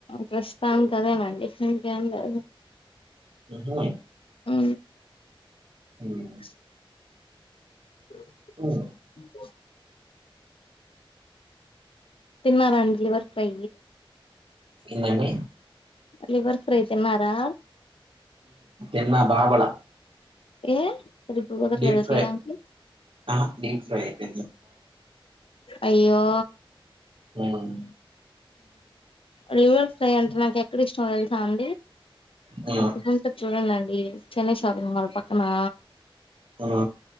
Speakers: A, on the left (about 70°); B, on the right (about 65°).
A: ప్రస్తుతాం కదేనండి ఫెంట్ ఏం లే
B: ఉహు
A: అ అ
B: ఉమ్
A: అ అ
B: ఉమ్
A: తన్నారం లివర్ ఫై
B: ఎమ
A: లివర్ ఫ్రై తిన్నారా
B: ఎన్న బాబల
A: ఏ సరిగ్గా కుదరలేదా
B: డీప్ ఫ్రై
A: చేయడానికి
B: ఆ ీప్ ఫ్రై ఎ
A: అయ్యో
B: హ్మ్
A: లివర్ ఫ్రై అంటే నాకు ఎక్కడ ఇష్టమో తెలుసాం అండి
B: హ్మ్
A: అక్కడ చూడంలేండి చెన్నై షాపింగ్ వాళ్ళ పక్కనా
B: ఆ